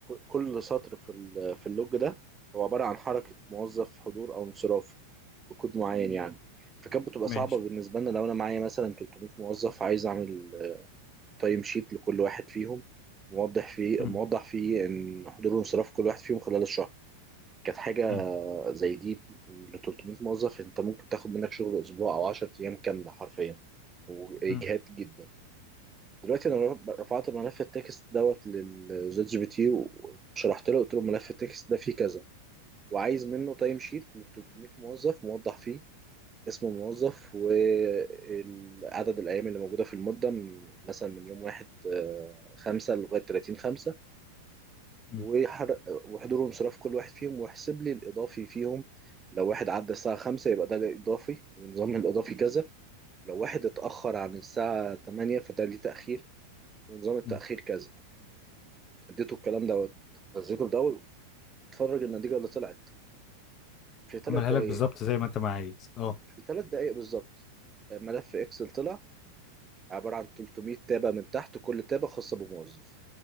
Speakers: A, on the right; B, on the left.
A: كل سطر في ال... في اللوج ده هو عبارة عن حركة موظف حضور أو انصراف بكود معين يعني فكانت بتبقى
B: ماشي
A: صعبة بالنسبة لنا لو أنا معايا مثلا 300 موظف عايز أعمل تايم شيت لكل واحد فيهم موضح فيه
B: امم
A: موضح فيه إن حضور وانصراف كل واحد فيهم خلال الشهر كانت حاجة
B: امم
A: زي دي ل 300 موظف أنت ممكن تاخد منك شغل أسبوع أو 10 أيام كاملة حرفيا وإجهاد
B: امم
A: جدا دلوقتي انا رف- رفعت ملف التكست دوت للشات جي بي تي وشرحت له قلت له ملف التكست ده فيه كذا وعايز منه تايم شيت لل 300 موظف موضح فيه اسم الموظف وعدد الايام اللي موجوده في المده من- مثلا من يوم 1 5 لغايه 30 5
B: امم
A: وحر- وحضور وانصراف كل واحد فيهم ويحسب لي الاضافي فيهم لو واحد عدى الساعه 5 يبقى ده الاضافي ونظام الاضافي كذا لو واحد اتاخر عن الساعه 8 فده ليه تاخير ونظام التأخير
B: امم.
A: كذا اديته الكلام دوت غذيته بدواء اتفرج النتيجه اللي طلعت في ثلاث
B: عملها
A: دقائق
B: لك بالظبط زي ما انت ما عايز اه
A: في ثلاث دقائق بالظبط آه، ملف اكسل طلع عباره عن 300 تابه من تحت كل تابه خاصه بموظف